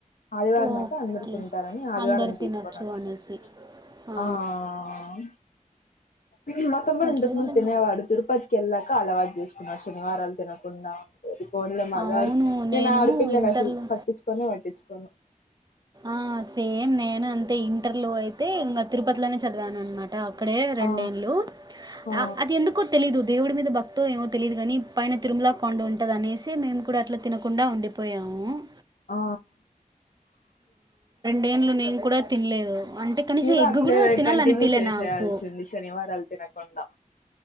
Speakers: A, on the left (about 80°); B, on the right (about 30°).
A: ఆదివారం
B: ఓకే
A: ఐతే అందరుూ తింటారని ఆదివారం
B: అందరు తినొచ్చు
A: తీసుకోని వస్తాం
B: అనేసి ఆ
A: ఆ ఇది మొత్తం కూడా
B: పర్లేదులేండి
A: ఇంతకు ముందు తినేవాడు. తిరుపతికి వెళ్ళాక అలవాటు చేసుకున్నాచ్చు. శనివారాలు తినకుండా ఉంటే అది ఫోన్ లో మగాడు
B: అవును
A: నేను ఆడపిల్లని
B: ఇంటర్లో
A: అసలు పట్టించుకొని పట్టి చ్చుకోను
B: అ సేమ్ నేను అంతే ఇంటర్లు అయితే ఇంకా తిరుపతిలోనే చదివాను అనమాట. అ అక్కడే రెండేళ్ళు
A: ఆ ఆ
B: అ అది ఎందుకో తెలీదు దేవుడి మీద భక్తి ఏమో తెలియదుగానీ పైన తిరుమలా కొండ ఉంటది అనేసి మేము కూడా అట్లా తినకుండా ఉండిపోయాము. అ ఆ
A: ఆ
B: నేన్లు నేను కూడా తినలేదు. అంటే కనీసం
A: మీరు
B: ఎగ్గు
A: అట్లే
B: కూడా తినాలనిపిలే
A: కంటిన్యూ చేసేయాల్సి
B: నాకు
A: ఉంది శనివారాలు తినకుండా